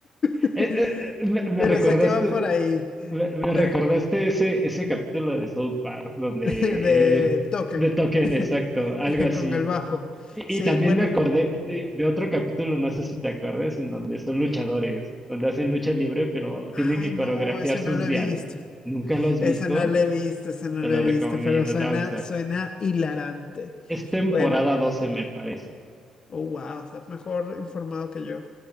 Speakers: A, on the left; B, in the centre.
A: <laughs>
B: Eh, eh, eh, me, me
A: pero
B: recordaste,
A: sé que va por ahí,
B: me, me
A: eh,
B: recordaste ese, ese capítulo de South Park donde,
A: <laughs> de
B: eh,
A: Token,
B: de Token,
A: <laughs>
B: exacto, algo así.
A: con el bajo.
B: Y,
A: Sí,
B: y también
A: bueno,
B: me acordé de, de otro capítulo, no sé si te acuerdas, en donde son luchadores, donde hacen lucha libre, pero tienen
A: ay
B: que
A: no,
B: coreografiar
A: ese
B: sus
A: no lo he
B: diálogos.
A: visto,
B: ¿Nunca lo has
A: ese
B: visto?
A: no lo he visto, ese no
B: Te
A: lo
B: lo
A: he
B: recomiendo,
A: visto, pero suena,
B: te va a gustar.
A: suena hilarante.
B: Es temporada
A: Bueno,
B: 12, me parece.
A: Oh, wow, estás mejor informado que yo.